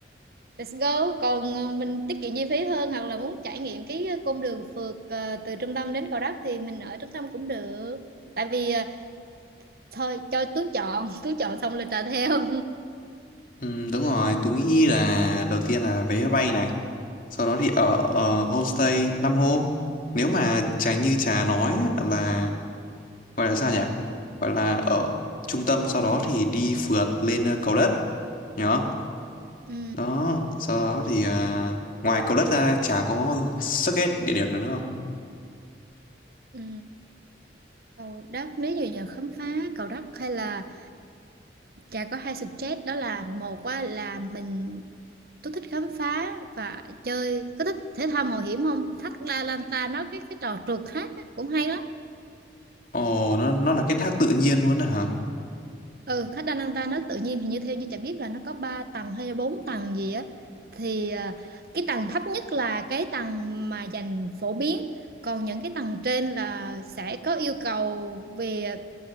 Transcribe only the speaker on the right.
let's go còn ờ, mình tiết kiệm chi phí hơn hoặc là muốn trải nghiệm cái ờ, cung đường phượt ờ, từ trung tâm đến Gò Đất thì mình ở trung tâm cũng được tại vì ờ, thôi cho Tú chọn <laughs> Tú chọn xong là trả theo <laughs>
ừ,
ừ. Cầu Đất nếu như giờ khám phá Cầu Đất hay là Trà có hai suggest đó là một á, là mình Tú thích khám phá và chơi có thích thể thao mạo hiểm không thác La Lanta nó cái cái trò trượt thác á, cũng hay lắm
Ừ, thách Ananta nó tự nhiên thì như theo như chả biết là nó có 3 tầng hay là 4 tầng gì á thì à, cái tầng thấp nhất là cái tầng mà dành phổ biến còn những cái tầng trên là sẽ có yêu cầu về